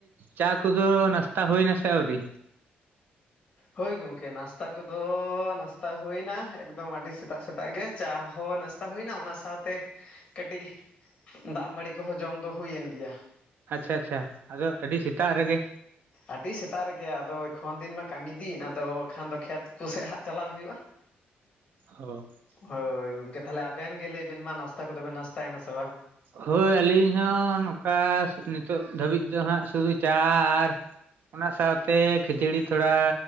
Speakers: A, on the right (about 55°); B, on the left (about 25°).
A: ᱪᱟ ᱠᱚᱫᱚ ᱱᱟᱥᱛᱟ ᱦᱩᱭᱱᱟ ᱥᱮ ᱟᱹᱣᱨᱤ?
B: ᱦᱳᱭ ᱜᱚᱢᱠᱮ ᱱᱟᱥᱛᱟ ᱠᱚᱫᱚ ᱱᱟᱥᱛᱟ ᱦᱩᱭᱱᱟ ᱮᱠᱫᱚᱢ ᱟᱹᱰᱤ ᱥᱮᱛᱟᱜ ᱥᱮᱛᱟᱜ ᱜᱮ, ᱪᱟ ᱦᱚᱸ ᱱᱟᱥᱛᱟᱼᱼ ᱛᱟ ᱦᱩᱭᱱᱟ ᱚᱱᱟ ᱥᱟᱶᱛᱮ, ᱠᱟᱹᱴᱤᱡ ᱫᱟᱜ ᱢᱟᱹᱲᱤ ᱠᱚᱦᱚᱸ ᱡᱚᱢ ᱫᱚ ᱦᱩᱭᱮᱱ ᱜᱮᱭᱟ ᱾
A: ᱟᱪᱪᱷᱟ ᱟᱪᱪᱷᱟ, ᱟᱫᱚ ᱟᱹᱰᱤ ᱥᱮᱛᱟᱜ ᱨᱮᱜᱮᱼᱼ
B: ᱟᱹᱰᱤ ᱥᱮᱛᱟᱜ ᱨᱮᱜᱮ ᱟᱫᱚ ᱮᱠᱷᱚᱱ ᱫᱤᱱ ᱢᱟᱼᱼ ᱠᱟᱹᱢᱤ ᱫᱤᱱ ᱟᱫᱚ ᱠᱷᱟᱱ ᱫᱚ ᱠᱷᱮᱛ ᱠᱚᱥᱮᱫ ᱦᱟᱸᱜ ᱪᱟᱞᱟᱜ ᱦᱩᱭᱩᱜᱼᱟ ᱾
A: ᱦᱚᱸ <inaudible>
B: ᱦᱳᱭ ᱜᱚᱝᱠᱮ ᱛᱟᱦᱚᱞᱮ ᱟᱵᱮᱱ ᱜᱮ ᱞᱟᱹᱭ ᱵᱮᱱ ᱢᱟ, ᱱᱟᱥᱛᱟ ᱠᱚᱫᱚ ᱵᱮᱱ ᱱᱟᱥᱛᱟᱭᱮᱱᱟ ᱥᱮ ᱵᱟᱝ?
A: ᱦᱳᱭ ᱟᱹᱞᱤᱧ ᱦᱚᱸ ᱱᱚᱝᱠᱟ ᱱᱤᱛᱚᱜ ᱫᱷᱟᱹᱵᱤᱡ ᱫᱚ ᱦᱟᱸᱜ ᱥᱩᱫᱩ ᱪᱟ ᱟᱨᱼᱼ ᱚᱱᱟ ᱥᱟᱶᱛᱮ ᱠᱷᱟᱡᱟᱹᱲᱤ ᱛᱷᱚᱲᱟ